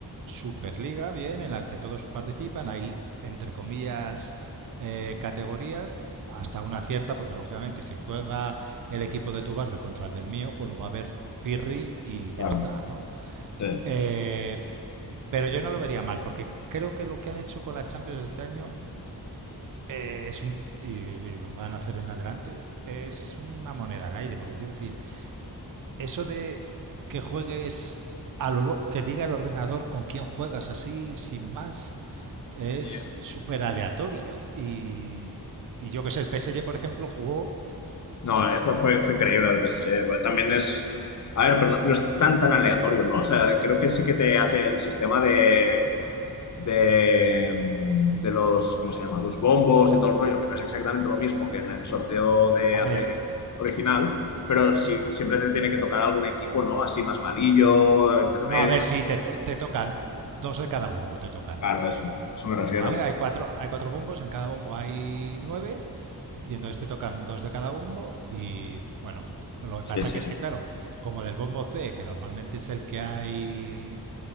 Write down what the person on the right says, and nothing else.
superliga, bien, en la que todos participan, hay entre comillas eh, categorías, hasta una cierta, porque lógicamente si juega el equipo de tu barrio contra el del mío, pues lo va a ver Pirri y ya
está, ¿no?
Eh, pero yo no lo vería mal, porque creo que lo que han hecho con la Champions este año eh, es un, y, y van a hacer en adelante es una moneda al aire, porque quiero decir, eso de que juegues a lo lo- que diga el ordenador con quién juegas así, sin más, es
súper aleatorio. Y, y yo que sé, el PSG, por ejemplo, jugó...
cu-
Hombre,
no, a ver si te, te tocan, dos de cada bombo te tocan.
¿Vale? Hay cuatro, hay cuatro bombos, en cada bombo hay nueve, y entonces te tocan dos de cada bombo, y bueno, lo que pasa
que es que, claro, como del bombo C, que normalmente es el que hay,